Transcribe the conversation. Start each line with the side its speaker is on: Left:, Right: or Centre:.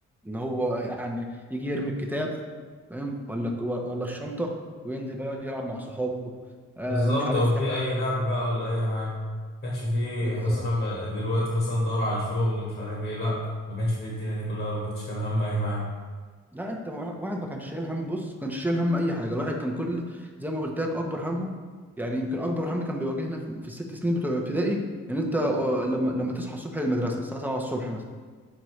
Centre: ان هو يعني يجي يرمي الكتاب فاهم ولا ولا الشنطه وينزل بقى يقعد يلعب مع صحابه آه
Left: بالظبط
Centre: مش عارف
Left: هو في
Centre: ياخد
Left: اي لعب بقى ولا اي حاجة ما كانش فيه
Centre: بالظبط
Left: مثلا ما- دلوقتي مثلا دور على الشغل مش عارف ايه لا ما كانش فيه الدنيا دي كلها ولا كنت شايل هم اي حاجة
Centre: لا انت واحد واحد ما كانش شايل هم بص ما كانش شايل هم اي حاجه الواحد كان كل زي ما قلت لك اكبر همه يعني يمكن اكبر هم كان بيواجهنا في في الست سنين بتوع ابتدائي ان انت آه، لما لما تصحى الصبح للمدرسه الساعه 7 الصبح مثلا